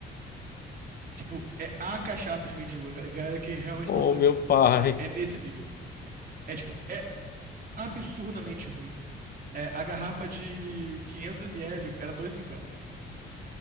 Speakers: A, on the right (about 45°); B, on the left (about 50°).
A: Tipo, é a cachaça de mendigo, a galera que realmente
B: Oh,
A: é morador de
B: meu
A: rua,
B: pai.
A: sabe? É nesse nível. É, tipo, é absurdamente ruim. É, a garrafa de 500ml era 2,50.